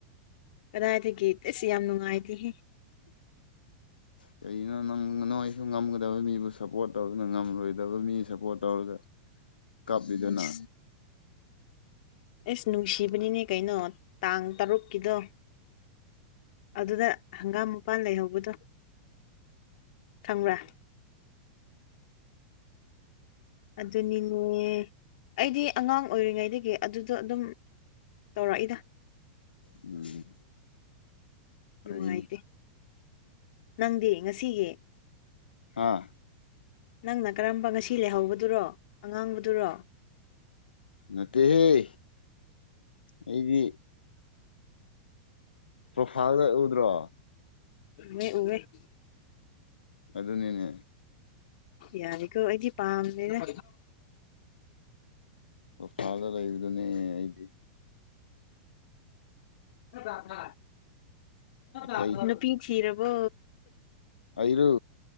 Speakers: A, on the left; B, on the left.
A: ꯀꯗꯥꯏꯗꯒꯤ ꯒꯤꯦꯠ ꯑꯦꯁꯤ ꯌꯥꯝ ꯅꯨꯡꯉꯥꯏꯇꯦꯍꯦ
B: ꯀꯩꯅꯣ ꯅꯪ ꯅꯣꯏ ꯁꯨ ꯉꯝꯒꯗꯕ ꯃꯤꯕꯨ ꯁꯞꯄꯣꯔꯠ ꯇꯧꯗꯨꯅ ꯉꯝꯂꯣꯏꯗꯕ ꯃꯤ ꯁꯞꯄꯣꯔꯠ ꯇꯧꯔꯒ ꯀꯥꯞꯕꯤꯗꯅ
A: ꯏꯁ ꯑꯦꯁ ꯅꯨꯡꯁꯤꯕꯅꯤꯅꯦ ꯀꯩꯅꯣ ꯇꯥꯡ ꯇꯔꯨꯛꯀꯤꯗꯣ ꯑꯗꯨꯗ ꯍꯪꯒꯥꯝ ꯃꯄꯥꯟ ꯂꯩꯍꯧꯕꯗꯣ ꯈꯪꯕ꯭ꯔꯥ ꯑꯗꯨꯗꯅꯤꯅꯦ ꯑꯩꯗꯤ ꯑꯉꯥꯡ ꯑꯣꯏꯔꯤꯉꯩꯗꯒꯤ ꯑꯗꯨꯗꯣ ꯑꯗꯨꯝ ꯇꯧꯔꯛꯏꯗ
B: ꯎꯝ
A: ꯅꯨꯡꯉꯥꯏꯇꯦ
B: ꯐꯩꯅꯦ
A: ꯅꯪꯗꯤ ꯉꯁꯤꯒꯤ
B: ꯍꯥꯥ
A: ꯅꯪꯅ ꯀꯔꯝꯕ ꯉꯁꯤ ꯂꯩꯍꯧꯕꯗꯨꯔꯣ ꯑꯉꯥꯡꯕꯗꯨꯔꯣ
B: ꯅꯠꯇꯦꯍꯦ ꯑꯩꯗꯤ ꯄ꯭ꯔꯣꯐꯥꯏꯜꯗ ꯎꯎꯗ꯭ꯔꯣ
A: ꯃ ꯎꯅꯦ
B: ꯑꯗꯨꯅꯤꯅꯦ
A: ꯌꯥꯅꯤꯀꯣ ꯑꯩꯗꯤ ꯄꯥꯝꯅꯤꯅ
B: ꯑꯣꯐꯥꯜꯗ ꯂꯩꯕꯗꯨꯅꯦ ꯑꯩꯗꯤ꯫
A: <unintelligible>
B: ꯑꯇꯩ
A: ꯅꯨꯄꯤ ꯊꯤꯔꯕꯣ꯫
B: ꯑꯩꯔ